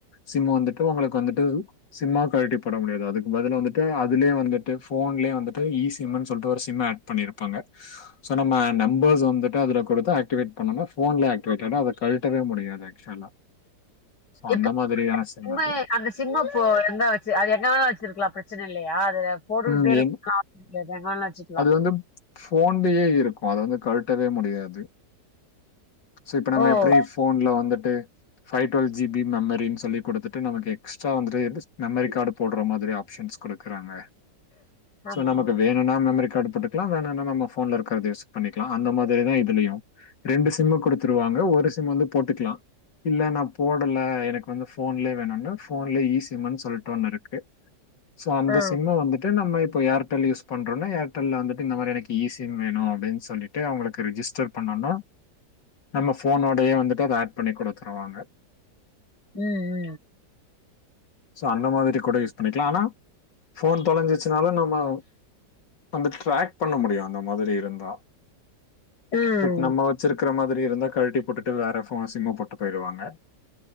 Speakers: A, on the left (about 80°); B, on the left (about 70°).
A: சிம் வந்துட்டு உங்களுக்கு வந்துட்டு சிம்மா கழட்டி போட முடியாது அதுக்கு பதில் வந்துட்டு அதுலே வந்துட் டு ஃபோன்லே வந்துட்டு இ சிம்னு சொல்ட்டு ஒரு சிம் ஆட் பண்ணிருப்பாங்க சோ நம்ம நம்பர்ஸ் வந்துட்டு அதுல குடுத்து ஆக்டிவேட் பண்ணோனா ஃபோன்லே ஆக் டிவேட்டடா அத கழட்டவே முடியாது ஆக்சுவலா சோ
B: இப்போ
A: அந்த மாதிரியான சிம்
B: சிம்மு
A: அது
B: அந்த சிம்ம இப்போ எந்த வச்சு அது எங்க வேணாலு வச்சிருக்கலா பிரச்சன இல்லயா அது போட்டுட்டே
A: ம்
B: இருக்கலா
A: என்
B: கே எங்கனாலு வச்சு
A: அது வந்து ஃபோன்லயே இருக்கு அத வந்து கழட்டவே முடியாது சோ இப்ப நம்ம
B: ஓ!
A: எப்டி ஃபோன்ல வந்துட்டு ஃபைவ் டுவெல் ஜி பி மெமரின்னு சொல்லி குடுத்துட்டு நமக்கு எக்ஸ்ட்ரா வந்துட்டு மெமரி கார்டு போட்ற மாதிரி ஆப்ஷன்ஸ் குடுக்குறாங்க
B: ஆமா.
A: சோ நமக்கு வேணுனா மெம ரிக்காடு போட்டுக்கலா வேணானா நம்ம ஃபோன்ல இருக்கிறத யூஸ் பண்ணிக்கலா அந்த மாதிரிதா இதுலயு ரெண்டு சிம் குடுத்துடுவாங்க ஒரு சிம் வந்து போட்டுக்கலா இல்ல நா போடல எனக்கு வந்து ஃபோன்லே வேணுன ஃபோன்லே இ சிம்முனு சொல்ட்டு ஒன்னு இருக்கு சோ அந்த
B: ஆ.
A: சிம்ம வந்துட்டு நம்ம இப்ப ஏர்டெல் யூஸ் பண்றோனா ஏர் டெல்ல வந்துட்டு இந்த மாரி எனக்கு இ சிம் வேணு அப்டின்னு சொல்லிட்டு அவங்களுக்கு ரிஜிஸ்டர் பண்ணனா நம்ம ஃபோனோடயே வந்துட்டு அத ஆட் பண்ணி குடுத்துருவாங்க
B: ம் ம்
A: சோ அந்த மாரி கூட யூஸ் பண்ணிக்கலா ஆனா ஃபோன் தொலைஞ்சிச்சுனாலு நம்ம வந்து ட்ராக் பண்ண முடியு அந்த மாதிரி இருந்தா
B: ம்
A: பட் நம்ம வச்சிருக்கிற மாதிரி இருந்தா கழுட்டி போட்டுட்டு வேற ஃபோ சிம்ம போட்டு போய்ருவாங்க